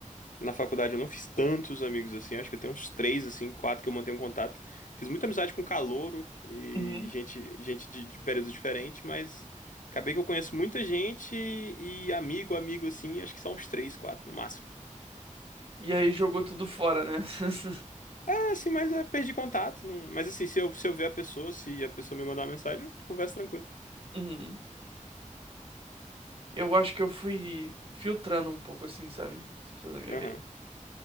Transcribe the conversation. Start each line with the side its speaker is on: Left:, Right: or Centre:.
Left: Na faculdade eu não fiz tantos amigos assim, acho que eu tenho uns três, assim, quatro que eu mantenho contato. Fiz muita amizade com calouro e
Right: Uhum.
Left: gente, gente de, de períodos diferentes, mas acabei que eu conheço muita gente e amigo, amigo, assim, acho que são uns três, quatro no máximo.
Right: E aí jogou tudo fora, né? <laughs>
Left: É, assim, mas é, perdi contato. Não... Mas assim, se eu, se eu ver a pessoa, se a pessoa me mandar uma mensagem, eu converso tranquilo.
Right: Uhum. Eu acho que eu fui filtrando um pouco assim, sabe? As pessoas da minha
Left: Aham.
Right: vida.